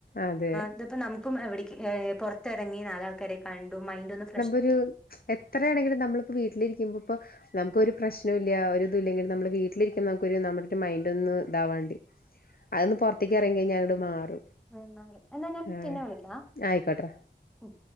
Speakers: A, on the left (about 55°); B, in the centre.
A: അതെ
B: ഇതിപ്പോ നമുക്കും എവിട പുറത്തിറങ്ങി നാലാൾക്കാരെ കണ്ടും മൈൻഡ് ഒന്ന്നു
A: ഒര് എത്രയാണെങ്കിലും നമ്മളിപ്പോ വീട്ടിലിരിക്കുമ്പോ ഇപ്പോ നമുക്കൊരു പ്രശ്നം ഇല്ല ഒരിതുമില്ല ഇല്ലെങ്കിൽ നമ്മള് വീട്ടിലിരിക്കുമ്പോ നമുക്കൊരു നമ്മുടെ ഒരു മൈൻഡ് ഒന്നു ഇതാവാണ്ടണ്ട് അതൊന്ന് പുറത്തേക്ക് ഇറങ്ങി കഴിഞ്ഞ മാറും
B: ഉ എന്നാ ഞാൻ
A: ആഹ്
B: പിന്നെ വിളിക്കാ
A: ആയിക്കോട്ടെ
B: മ്മ്